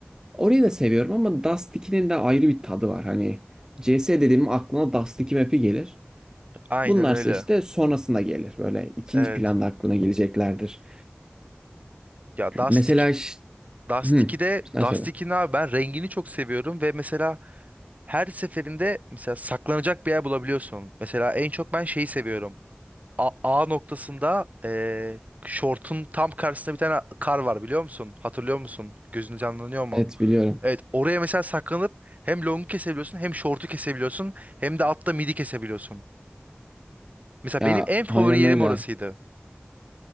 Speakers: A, on the right (about 15°); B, on the right (about 40°).
A: orayı da seviyorum ama Dust 2'nin de ayrı bir tadı var. Hani C. S. dediğim aklına Dust 2 map'i gelir.
B: Aynen
A: Bunlarsa
B: öyle.
A: işte sonrasında gelir. Böyle ikinci
B: Evet.
A: planda aklına geleceklerdir.
B: Ya Dust
A: Mesela
B: 2, Dust
A: Hı,
B: 2'de
A: sen
B: Dust
A: söyle.
B: 2'nin abi ben rengini çok seviyorum ve mesela her seferinde mesela saklanacak bir yer bulabiliyorsun. Mesela en çok ben şeyi seviyorum. A, A noktasında eee şortun tam karşısında bir tane kar var biliyor musun? Hatırlıyor musun? Gözün canlanıyor mu?
A: Evet biliyorum.
B: Evet oraya mesela saklanıp hem longu kesebiliyorsun hem şortu kesebiliyorsun hem de altta midi kesebiliyorsun. Mesela
A: Ya
B: benim en favori
A: aynen
B: yerim
A: öyle.
B: orasıydı.